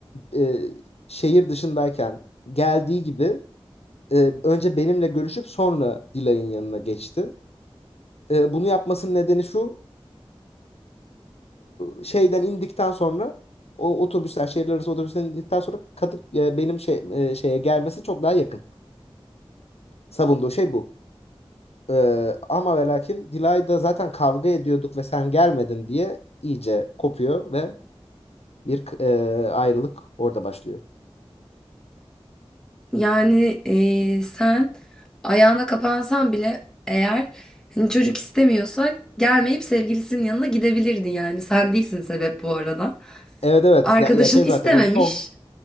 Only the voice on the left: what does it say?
e, şehir dışındayken geldiği gibi e, önce benimle görüşüp sonra Dilay'ın yanına geçti. E, bunu yapmasının nedeni şu. e, şeyden indikten sonra o otobüsler şehirler arası otobüsten indikten sonra Kadık e, benim şey, e, şeye gelmesi çok daha yakın. Savunduğu şey bu. Ee, ama ve lakin Dilay'da zaten kavga ediyorduk ve sen gelmedin diye iyice kopuyor ve bir e, ayrılık orada başlıyor.
Evet evet
Z- ya şey
zaten o son